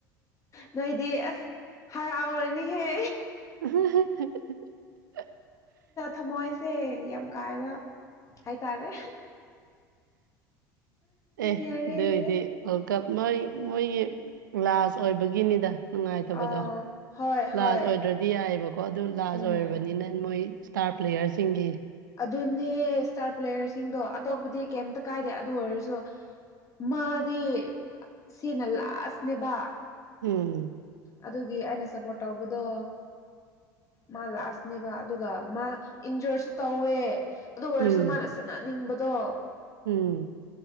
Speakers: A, on the left; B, on the right.
A: ꯅꯣꯏꯗꯤ ꯑꯁ ꯍꯔꯥꯎꯔꯅꯤꯍꯦ
B: ꯎ
A: ꯊꯝꯃꯣꯏꯁꯦ ꯌꯥꯝ ꯀꯥꯏꯕ ꯍꯥꯏꯇꯥꯔꯦ
B: ꯑꯦ
A: ꯌꯥꯔꯦ
B: ꯑꯗꯨꯗ ꯏꯗꯤ ꯀꯞ ꯃꯣꯏ ꯃꯣꯏꯒꯤ ꯒ꯭ꯂꯥꯁ ꯑꯣꯏꯕꯒꯤꯅꯤꯗ ꯅꯨꯡꯉꯥꯏꯇꯕꯗꯣ
A: ꯑꯥ ꯍꯣꯏ
B: ꯂꯥꯔꯖ
A: ꯍꯣꯏ
B: ꯑꯣꯏꯗ꯭ꯔꯗꯤ ꯌꯥꯏꯑꯕꯀꯣ ꯑꯗꯨ ꯂꯥꯔꯖ
A: ꯎꯝ
B: ꯑꯣꯏꯔꯕꯅꯤꯅ ꯃꯣꯏ ꯏꯁꯇꯥꯔ ꯄ꯭ꯂꯦꯌꯔꯁꯤꯡꯒꯤ
A: ꯑꯗꯨꯅꯦ ꯏꯁꯇꯥꯔ ꯄ꯭ꯂꯦꯌꯔꯁꯤꯡꯗꯣ ꯑꯇꯣꯞꯄꯗꯤ ꯀꯩꯝꯇ ꯀꯥꯏꯗꯦ ꯑꯗꯨ ꯑꯣꯏꯔꯁꯨ ꯃꯥꯗꯤ ꯁꯤꯅ ꯂꯥꯁꯅꯦꯕ
B: ꯎꯝ
A: ꯑꯗꯨꯒꯤ ꯑꯩꯅ ꯁꯞꯄꯣꯔꯠ ꯇꯧꯕꯗꯣ ꯃꯥ ꯂꯥꯁꯅꯦꯕ ꯑꯗꯨꯒ ꯃꯥ ꯏꯟꯖꯣꯔꯁꯨ ꯇꯧꯋꯦ ꯑꯗꯨ ꯑꯣꯏꯔꯁꯨ
B: ꯎꯝ
A: ꯃꯥꯅ ꯆꯠꯅꯅꯤꯡꯕꯗꯣ
B: ꯎꯝ